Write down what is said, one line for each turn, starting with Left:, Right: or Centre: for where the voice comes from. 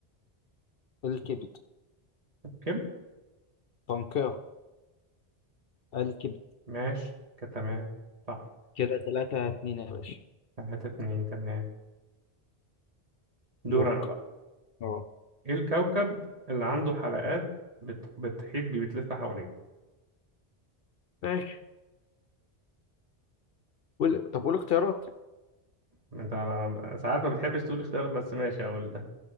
Left: الكبد
Right: كم
Left: تنقية الكب
Right: ماشي كده تمام صح
Left: كده ثلاثة اتنين يا باشا
Right: ثلاثة اتنين تمام دور
Left: دورك
Right: أنا بقى
Left: اه
Right: إيه الكوكب اللي عنده حلقات بت... بتحيط بيه بتلف حواليه
Left: ماشي قول طب قول اختيارات
Right: ما أنت ما- ساعات ما بتحبش تقول اختيارات بس ماشي أقول